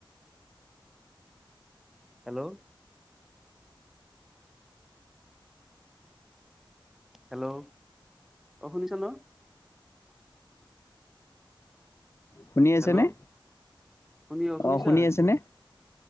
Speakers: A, in the centre; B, on the left (about 30°).
A: hello hello অঁ শুনিছ ন
B: শুনি আছেনে
A: হেল্ল' শুনি শুনিছা?
B: অ শুনি আছেনে